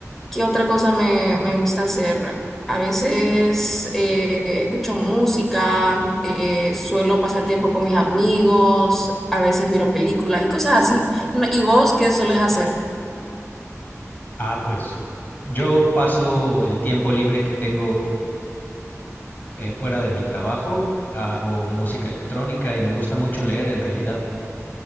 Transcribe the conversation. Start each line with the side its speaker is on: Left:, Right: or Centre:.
Centre: ¿Qué otra cosa me, me gusta hacer? A veces eh, escucho música, eh, suelo pasar tiempo con mis amigos, a veces miro películas y cosas así. No, ¿Y vos qué sueles hacer?
Left: Ah, pues yo paso el tiempo libre que tengo eh, fuera de mi trabajo, hago música electrónica y me gusta mucho leer en realidad.